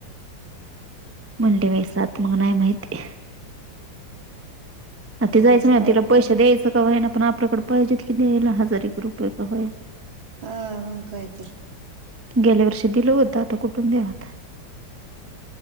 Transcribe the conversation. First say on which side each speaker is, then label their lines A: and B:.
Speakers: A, on the right; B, on the right.
A: म्हंट वै सात मग नाही माहिती. आता ते
B: फोनच
A: जायचं म
B: नाही
A: तिला
B: केला
A: पैसे द्यायं कावा्हा ना पण आपल्याकडे पाहिजे की द्यायला हजार एक रुपये कावाय ना
B: हा मं कायतर.
A: गेल्या वर्षी दिलं होतं, आता कुठून देवता.